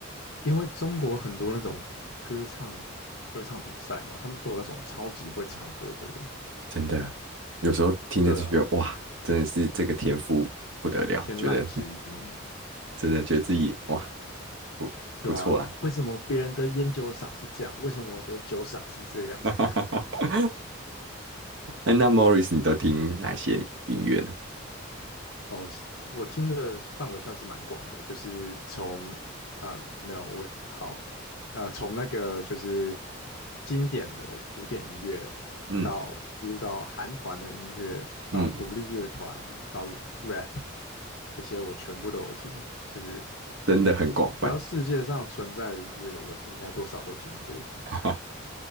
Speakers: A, on the left; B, on the right.
A: 因为中国很多那种歌唱歌唱比赛嘛，他们都有那种超级会唱歌的人，
B: 真的，有时候听着就觉得哇，
A: 对啊，
B: 真的是这个天赋不得了，
A: 天籁之音，
B: 觉得真的觉得自己哇不不错啦。
A: 对啊，为什么别人的烟酒赏是这样？为什么我的酒赏是这样？
B: <laughs> 哎那 Morris 你都听哪些音乐呢？
A: 哦，我听的范围算是蛮广的，就是从啊、呃没有我好呃从那个就是经典的古典音乐
B: 嗯
A: 到一路到韩团的音乐，到独立乐团，
B: 嗯，
A: 到 rap 这些我全部都有听，就是
B: 真的很广泛。
A: 只要世界上存在的音乐，我应该多少都听过。
B: <laughs>